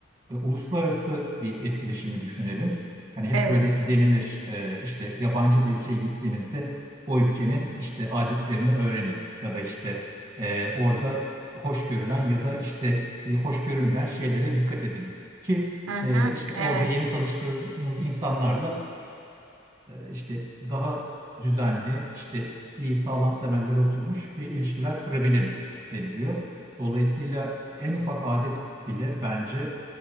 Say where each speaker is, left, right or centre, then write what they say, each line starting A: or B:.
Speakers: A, on the right; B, on the right.
A: e, uluslararası bir etkileşimi düşünelim. Hani hep
B: Evet.
A: böyle denilir e, işte yabancı bir ülkeye gittiğinizde o ülkenin işte adetlerini öğrenin ya da işte e, orada hoş görülen ya da işte e, hoş görülmeyen şeylere dikkat edin ki
B: Hı hı.
A: e, işte
B: Evet.
A: orada yeni tanıştığınız insanlarla e, işte daha düzenli işte iyi sağlam temellere oturmuş bir ilişkiler kurabilin deniliyor. Dolayısıyla en ufak adet bile bence